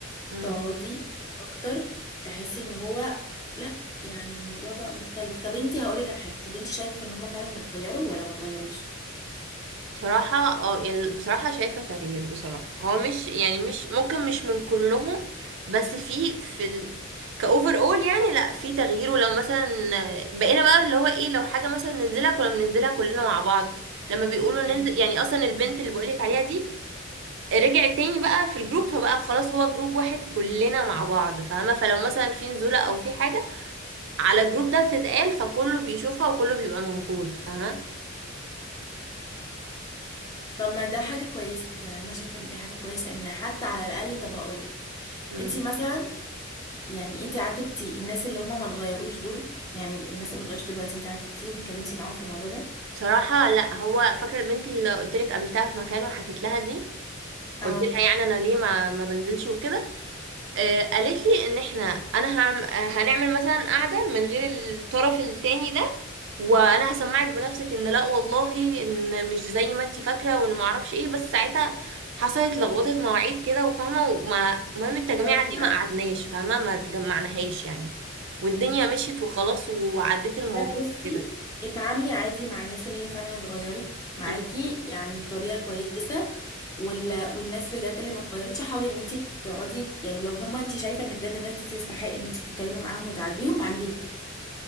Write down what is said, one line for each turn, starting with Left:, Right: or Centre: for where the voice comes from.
Right: امم
Left: تقعدي اكتر تحسي ان هو لا يعني الموضوع بقى مختلف طب انتي هقولك على حاجه طب انتي شايفه ان هما فعلا اتغيروا ولا ما اتغيروش
Right: بصراحة اه يعني بصراحة شايفة تغيير بصراحة هو مش يعني مش ممكن مش من كلهم بس في في ال... كأوفر اول يعني لا في تغيير ولو مثلا بقينا بقى اللي هو ايه لو حاجة مثلا ننزلها كنا بننزلها كلنا مع بعض لما بيقولوا ننزل
Left: ايوه
Right: يعني اصلا البنت اللي بقولك عليها دي رجع تاني بقى في الجروب فبقى خلاص هو جروب واحد كلنا مع بعض فاهمة فلو مثلا في نزولة او في حاجة على الجروب ده بتتقال فكله بيشوفها وكله بيبقى موجود فاهمة
Left: طب ما ده حاجه كويسه يعني انا شايفه ان دي حاجه كويسه ان حتى على الاقل طب هقولك
Right: مم.
Left: انتي مثلا يعني انتي عاتبتي الناس اللي هما ما اتغيروش دول يعني الناس اللي ما اتغيروش دلوقتي انتي عاتبتيهم اتكلمتي معاهم في الموضوع ده
Right: بصراحة لا هو فاكرة البنت اللي قلت لك قابلتها في مكان وحكيت لها دي
Left: اه
Right: قلت لها يعني انا ليه ما ما بنزلش وكده آه، قالت لي ان احنا انا هعم... آه، هنعمل مثلا قعده من غير الطرف التاني ده وانا هسمعك بنفسك ان لا والله ان مش زي ما انت فاكره وان ما اعرفش ايه بس ساعتها حصلت لخبطه مواعيد كده وفاهمه وما المهم التجميعه
Left: حصلت في
Right: دي
Left: القعدة
Right: ما قعدناش فاهمه ما تجمعناهاش يعني والدنيا مشيت وخلاص وعديت الموضوع
Left: لا بصي
Right: كده
Left: اتعاملي عادي مع الناس اللي هي فعلا اتغيرت معاكي
Right: أمم.
Left: يعني بطريقة كويسة وال... والناس بجد اللي ما اتغيرتش حاولي ان انت تقعدي يعني لو هما انت شايفة ان بجد الناس دي تستحق ان انت تتكلمي معاهم وتعاتبيهم اعملي ده